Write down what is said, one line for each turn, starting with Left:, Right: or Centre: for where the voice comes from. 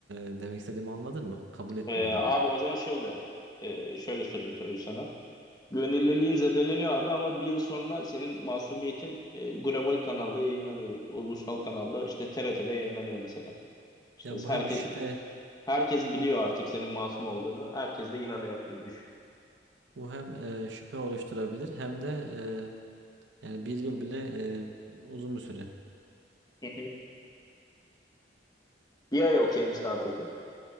Right: e, demek istediğimi anladın mı? Kabul etmiyorum
Left: Ee, abi
Right: yani.
Left: o zaman şey oluyor. Ee, şöyle sorayım soruyu sana. Güvenilirliğin zedeleniyor abi ama bir yıl sonra senin Masumiyet'in e, global kanalda yayınlanıyor. Ulusal kanalda işte T R TRT'de yayınlanıyor mesela. İşte
Right: Ya bu
Left: herkes
Right: hem şüphe
Left: herkes biliyor artık senin masum olduğunu. Herkes de inanıyor gibi düşün.
Right: bu hem e, şüphe oluşturabilir hem de e, yani bir yıl bile e, uzun bir süre.
Left: <laughs> Bir ay okey misin abi peki?